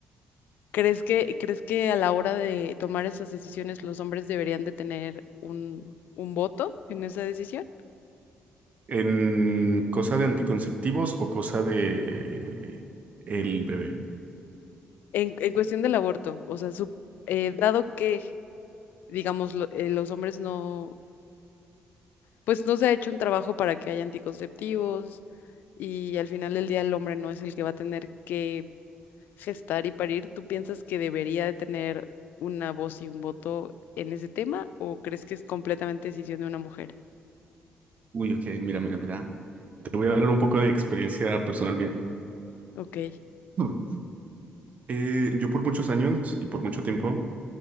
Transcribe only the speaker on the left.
¿crees que, crees que a la hora de tomar esas decisiones los hombres deberían de tener un, un voto en esa decisión?
En, en cuestión del aborto, o sea, su- eh, dado que, digamos, lo- eh, los hombres no, pues no se ha hecho un trabajo para que haya anticonceptivos y al final del día el hombre no es el que va a tener que gestar y parir, ¿tú piensas que debería de tener una voz y un voto en ese tema o crees que es completamente decisión de una mujer?
Ok,